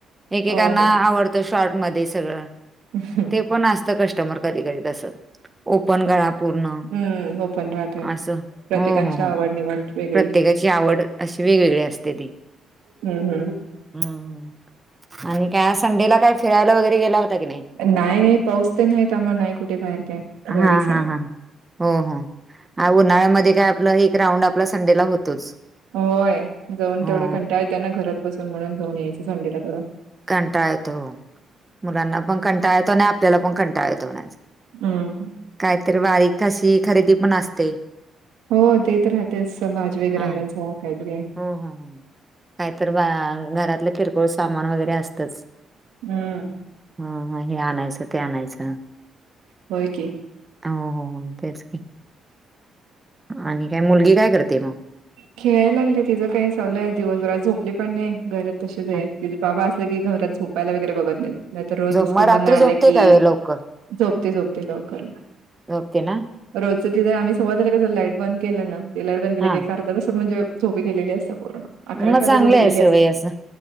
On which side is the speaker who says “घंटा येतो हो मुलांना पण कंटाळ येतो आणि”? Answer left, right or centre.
Right